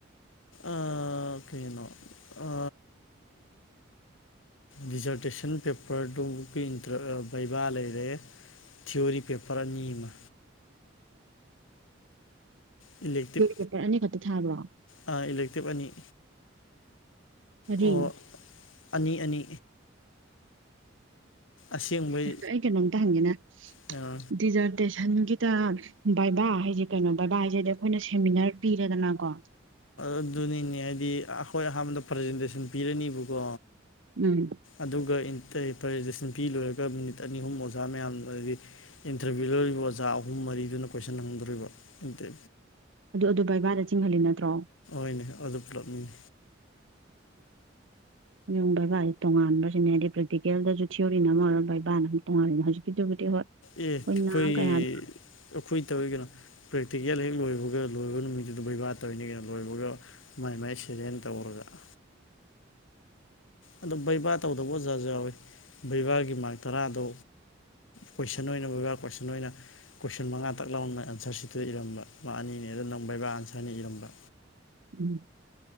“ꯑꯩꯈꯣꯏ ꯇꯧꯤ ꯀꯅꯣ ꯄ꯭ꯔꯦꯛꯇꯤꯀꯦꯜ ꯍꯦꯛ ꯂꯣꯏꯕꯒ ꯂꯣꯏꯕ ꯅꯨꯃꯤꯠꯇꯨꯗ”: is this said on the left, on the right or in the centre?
Left